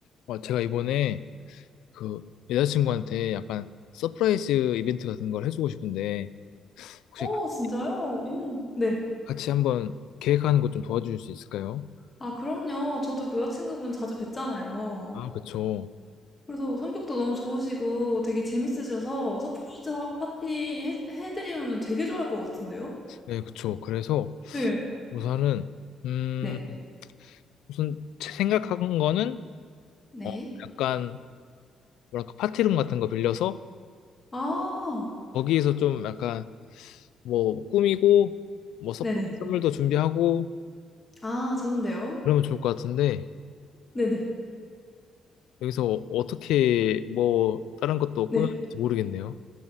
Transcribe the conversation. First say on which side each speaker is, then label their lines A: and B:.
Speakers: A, on the left; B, on the left.
A: 어, 제가 이번에 그 여자친구한테 약간 서프라이즈 이벤트 같은 걸 해주고 싶은데 혹시
B: 어
A: 같이
B: 진짜요? 네. 오 네.
A: 같이 한번 계획하는 것 좀 도와주실 수 있을까요?
B: 아 그럼요. 저도 그 여자친구분 자주 뵀잖아요.
A: 아, 그쵸.
B: 그래서 성격도 너무 좋으시고 되게 재밌으셔서 서프라이즈 하 파티 해 해 드리면은 되게 좋아할 것 같은데요?
A: 네, 그쵸. 그래서
B: 네.
A: 우선은 음
B: 네. 음.
A: 우선 제 생각한 거는
B: 네.
A: 어 약간 뭐랄까 파티룸 같은 거 빌려서
B: 아.
A: 거기에서 좀 약간 뭐 꾸미고 뭐 서프라이즈
B: 네네.
A: 선물도 준비하고
B: 아 좋은데요.
A: 그러면 좋을 것 같은데
B: 네네.
A: 여기서 어떻게 뭐 다른 것도
B: 네.
A: 꾸밀지 모르겠네요.